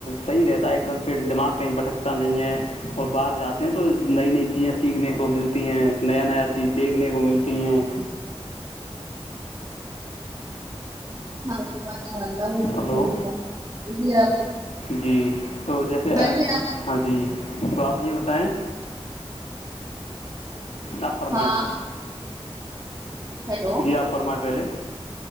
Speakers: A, on the left (about 85°); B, on the right (about 35°).
A: صحیح رہتا ہے ایک دم فٹ دماغ کہیں بھٹکتا نہیں ہے اور باہر جاتے ہیں تو نئی نئی چیزیں سیکھنے کو ملتی ہیں نیا نیا چیز دیکھنے کو ملتی ہیں
B: ہاں ہاںگا بالک
A: ہلو
B: س س جی آپ
A: جی تو جیسے
B: ویسے آپ
A: ہاں جی تو آپ یہ بتائیں نہ فرمائیں
B: ہاں ہیلو
A: جی آپ فرمائیں پہلے